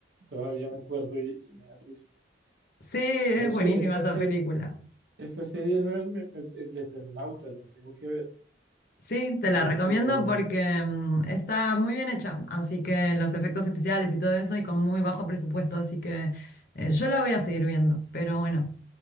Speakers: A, on the right; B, on the left.
A: Todavía me acuerdo y y me da risa.
B: Sí, es
A: Pero sí,
B: buenísima
A: esta
B: esa
A: serie,
B: película.
A: esta serie no es me- me- el Eternauta, la tengo que ver,
B: Sí, te
A: tengo
B: la recomiendo
A: que verla.
B: porque mm, está muy bien hecha, así que los efectos especiales y todo eso y con muy bajo presupuesto, así que eh, yo la voy a seguir viendo, pero bueno,